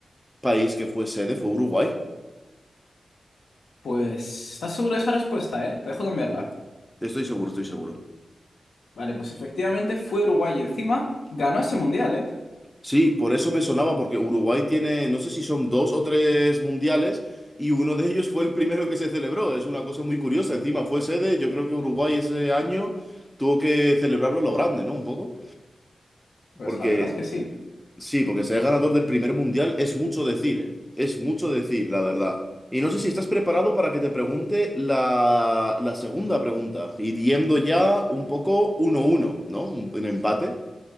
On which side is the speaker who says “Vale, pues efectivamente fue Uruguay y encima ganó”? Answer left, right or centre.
Left